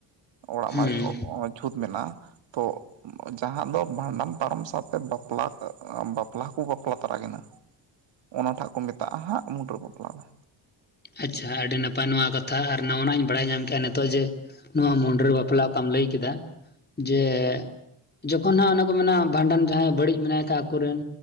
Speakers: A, on the right (about 60°); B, on the left (about 20°).
A: ᱚᱲᱟᱜ
B: ᱦᱩᱸ
A: ᱢᱟ ᱪᱷᱩᱸᱛ ᱢᱮᱱᱟᱜ-ᱟ ᱛᱳ ᱡᱟᱦᱟᱸ ᱫᱚ ᱵᱷᱟᱸᱰᱟᱱ ᱯᱟᱨᱚᱢ ᱥᱟᱶᱛᱮ ᱵᱟᱯᱞᱟ ᱵᱟᱯᱞᱟᱠᱩ ᱵᱟᱯᱞᱟ ᱛᱟᱨᱟᱮᱱᱟ᱾ ᱚᱱᱟ ᱴᱷᱟᱜ ᱠᱚ ᱢᱮᱛᱟᱜ-ᱟ ᱦᱟᱸᱜ ᱢᱩᱰᱟᱹᱨ ᱵᱟᱯᱞᱟ ᱫᱚ᱾
B: ᱟᱪᱷᱟ ᱟᱹᱰᱤ ᱱᱟᱯᱟᱭ ᱱᱚᱣᱟ ᱠᱟᱛᱷᱟ, ᱟᱨ ᱱᱟᱣᱟᱱᱟᱜ ᱤᱧ ᱵᱟᱲᱟᱭ ᱧᱟᱢ ᱠᱮᱜ-ᱟ ᱱᱤᱛᱚᱜ ᱡᱮ ᱱᱚᱣᱟ ᱢᱩᱰᱨᱟᱹ ᱵᱟᱯᱞᱟ ᱚᱠᱟᱢ ᱞᱟᱹᱭ ᱠᱮᱫᱟ ᱡᱮ ᱡᱚᱠᱷᱚᱱ ᱱᱟᱸᱜ ᱚᱱᱮ ᱠᱚ ᱢᱮᱱᱟ ᱵᱷᱟᱸᱰᱟᱱ ᱡᱟᱦᱟᱸᱭ ᱵᱟᱹᱲᱤᱡ ᱢᱮᱱᱟᱭ ᱠᱟ ᱠᱚᱨᱤᱱ